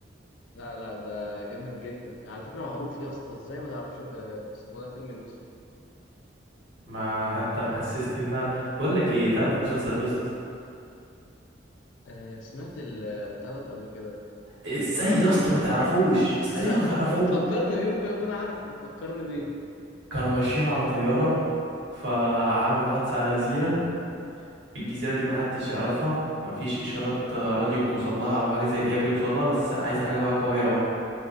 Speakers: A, on the left; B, on the right.
A: لا لا ده جامد جدا على فكرة معروف يا اسطى ازاي ما تعرفش في- اسمه ده فيلم لوسي
B: ما انت محسسني ان انا بقول لك ايه تعرف مسلسل لوست
A: آه سمعت البتاع ده قبل كده
B: ازاي
A: فكرني
B: يا اسطى
A: بيه كده
B: ما تعرفوش ازاي
A: آه لا
B: ما
A: فك...
B: تعرفوش
A: فكرني بيه ممكن اكون عارفه فكرني بيه
B: كانوا ماشيين على طيارة فعملوا حادثة على جزيرة الجزيرة دي محدش يعرفها مفيش إشارات راديو بتوصل لها أو حاجة زي هي بتوصل لها بس عايزة حاجة بقى قوية أوي